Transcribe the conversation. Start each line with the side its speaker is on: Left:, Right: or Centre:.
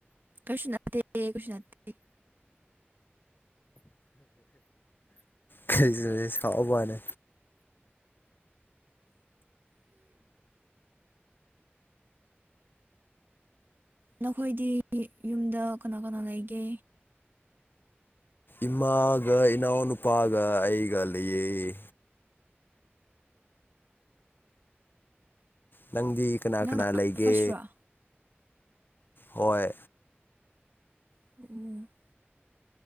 Right: ꯀꯩꯁꯨ ꯅꯠꯇꯦ ꯀꯩꯁꯨ ꯅꯠꯇꯦ
Left: ꯁꯤꯁꯇꯔꯁꯦ ꯁꯥꯎꯕ꯭ꯋꯥꯅꯦ
Right: ꯅꯈꯣꯏꯗꯤ ꯌꯨꯝꯗ ꯀꯅꯥ ꯀꯅꯥ ꯂꯩꯒꯦ
Left: ꯏꯃꯥꯒ ꯏꯅꯥꯎꯅꯨꯄꯥꯒ ꯑꯩꯒ ꯂꯩꯌꯦ ꯅꯪꯗꯤ ꯀꯅꯥ
Right: ꯅꯪꯅ
Left: ꯀꯅꯥ ꯂꯩꯒꯦ
Right: ꯐꯥꯔꯁꯔꯣ
Left: ꯍꯣꯏ
Right: ꯑꯣ